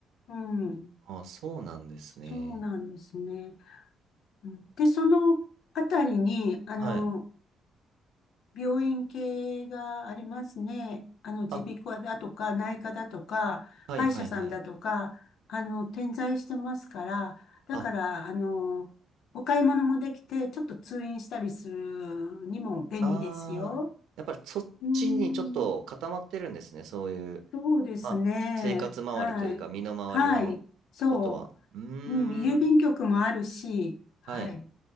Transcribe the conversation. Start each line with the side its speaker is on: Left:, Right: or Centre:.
Left: うん。
Right: あ、そうなんですね。
Left: そうなんですね。うんで、そのあたりに、あの、
Right: はい。
Left: 病院系がありますね。あの、耳鼻科だとか、
Right: あ、
Left: 内科だとか、
Right: はいはいはい。
Left: 歯医者さんだとか、あの、点在してますから、だから、
Right: あ、
Left: あの、お買い物もできて、ちょっと通院したりするにも便利ですよ。
Right: あー、やっぱりそっちにちょっと固まってるんですね。
Left: うーん。
Right: そういう、
Left: そうですね。
Right: まあ、生活周りというか、
Left: はい。
Right: 身の回りのことは。
Left: はい。そ
Right: うーん、
Left: う。うん、郵便局もあるし、はい。
Right: はい。